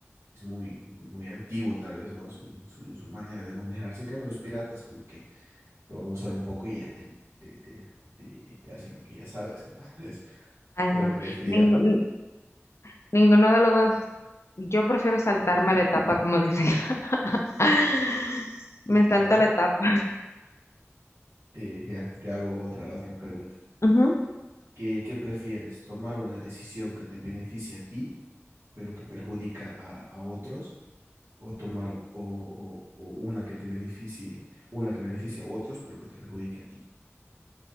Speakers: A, on the right; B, on the left.
A: es muy, muy, muy antiguo tal vez, ¿no? Su, su, su manera de manejarse. En cambio, los piratas como que te van a usar un poco y ya te, te, te, te, te hacen lo que ya sabes. <laughs> Entonces,
B: Ay,
A: creo
B: no.
A: que elegiría
B: Ningún-
A: por...
B: ninguno de los dos. Yo prefiero saltarme la etapa, como dicen.
A: <laughs>
B: <laughs> Me
A: Ya,
B: salto la etapa.
A: te, ya, te hago otra, otra pregunta.
B: Ujú.
A: ¿Qué, qué prefieres? ¿Tomar una decisión que te beneficie a ti, pero que perjudica a, a otros? ¿O tomar o, o- o una que te beneficie, una que beneficie a otros, pero que te perjudique a ti?